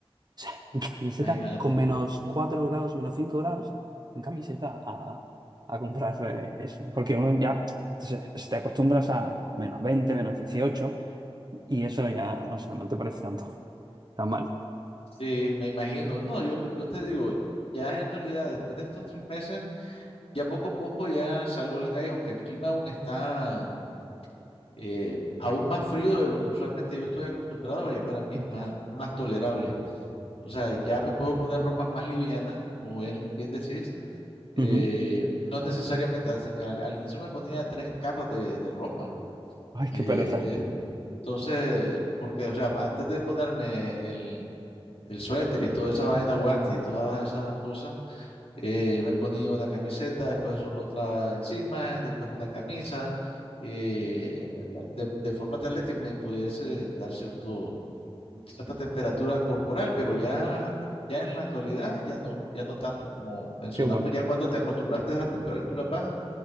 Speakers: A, on the right (about 45°); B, on the left (about 75°).
A: sea, en camiseta
B: imagínate.
A: con menos 4 grados, menos 5 grados, en camiseta a, a comprar eh, eso. Porque uno ya se, se te acostumbras a menos 20 menos 18 y eso ya, o sea, no te parece tanto tan mal.
B: Sí, me imagino. No, yo, yo te digo, ya en realidad después de estos tres meses, Ya poco a poco ya salgo a la calle, aunque el clima aún está eh, aún más frío de lo que usualmente yo estoy acostumbrado, ya para mí es más,
A: Ya.
B: más tolerable. O sea, ya me puedo poner ropas más livianas, como bien, bien decís. Eh,
A: Ujú.
B: no necesariamente, al, al- al inicio me ponía tres capas de, de ropa.
A: Ay,
B: Eh,
A: qué pereza.
B: eh, entonces, porque, o sea, antes de ponerme el, el suéter y toda esa vaina, guantes y todas esas cosas eh, me ponía una camiseta, después otra encima, después una camisa, eh, de, de forma tal de que me pudiese dar cierto, cierta temperatura corporal, pero ya, ya en la actualidad ya no, ya no tanto como mencionamos,
A: Qué bueno.
B: ya cuando te acostumbraste a esa temperatura baja,